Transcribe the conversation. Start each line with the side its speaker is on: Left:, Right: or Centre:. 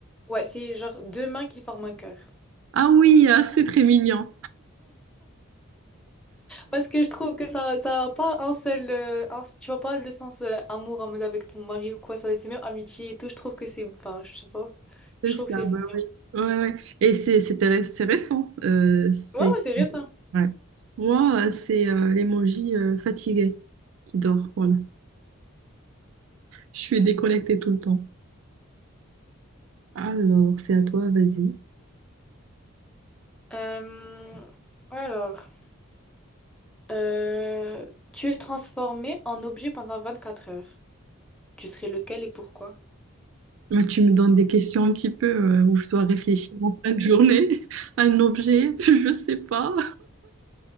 Centre: Ouais, c'est genre deux mains qui forment un cœur.
Right: Ah oui, ah, c'est très mignon.
Centre: Parce que je trouve que ça, ça a pas un seul. euh, un- Tu vois pas le sens euh, amour en mode avec ton mari ou quoi, ça, c'est même amitié et tout. Je trouve que c'est. Enfin, je sais pas.
Right: C'est
Centre: Je trouve
Right: ça,
Centre: que c'est mignon.
Right: bah oui. Ouais, ouais. Et c'est c'était ré- c'est récent. euh, c'est
Centre: Ouais, ouais, c'est vrai ça.
Right: ouais. Moi, euh, c'est euh, l'emoji euh, fatigué qui dort. Voilà. Je suis déconnectée tout le temps. Alors, c'est à toi, vas-y.
Centre: Euh, Alors. euh, Tu es transformé en objet pendant 24 heures. Tu serais lequel et pourquoi?
Right: Moi, tu me donnes des questions un petit peu euh, où je dois réfléchir en fin de journée, <laughs> un objet, <laughs> je sais pas,